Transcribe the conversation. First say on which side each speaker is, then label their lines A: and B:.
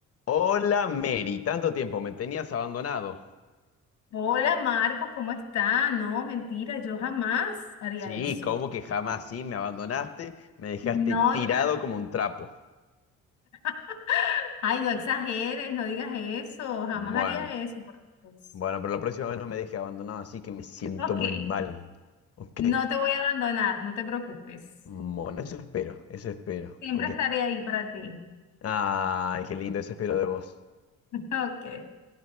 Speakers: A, on the left; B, on the left.
A: Hola Mary, tanto tiempo, me tenías abandonado.
B: Hola Marcos, ¿cómo está? No, mentira, yo jamás haría
A: Sí,
B: eso.
A: ¿cómo que jamás sí me abandonaste? Me dejaste
B: No,
A: tirado
B: yo-
A: como un trapo.
B: <laughs> ay, no exageres, no digas eso, jamás
A: Bueno,
B: haría eso. por Dios.
A: bueno, pero la próxima vez no me dejes abandonado, así que me siento
B: Ok,
A: muy mal. ¿Ok?
B: no te voy a abandonar, no te preocupes.
A: Bueno, eso espero, eso espero.
B: Siempre
A: Porque...
B: estaré ahí para ti.
A: Ay, qué lindo, eso espero de vos.
B: <laughs> Ok,